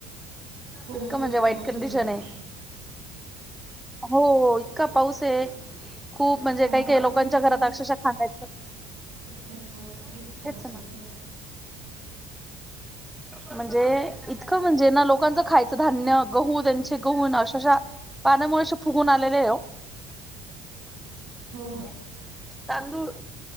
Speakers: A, on the right (about 80°); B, in the centre.
A: हो
B: इतकं
A: खूप
B: म्हणजे
A: पाऊस
B: वाईट कंडिशन
A: हर्ष
B: आहे हो इतका पाऊस आहे खूप म्हणजे काही
A: आणि
B: काही
A: उपडला
B: लोकांच्या
A: की
B: घरात अक्षरशः खांयच
A: पा पाऊस
B: ना
A: येतो
B: म्हणजे इतकं म्हणजे ना लोकांचं खायचं धान्य गहू त्यांचे गहूण अशाशा पाण्यामुळे फुगून आल्या <unintelligible>
A: हो
B: तांदुळ